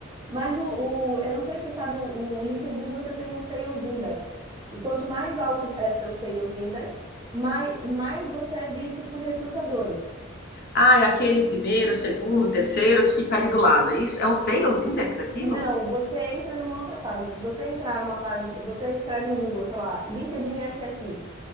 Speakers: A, on the right; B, on the left.
A: Mas o, o- eu não sei se você sabe, o, o LinkedIn você tem um Sales Index, e quanto mais alto é seu Sales Index, mais, mais você é visto por recrutadores.
B: ah, é aquele primeiro, segundo, terceiro que fica ali do lado. É isso? É um sales index aquilo?
A: Não, você entra numa outra página. Se você entrar numa página, você escreve no Google, sei lá, LinkedIn SSI.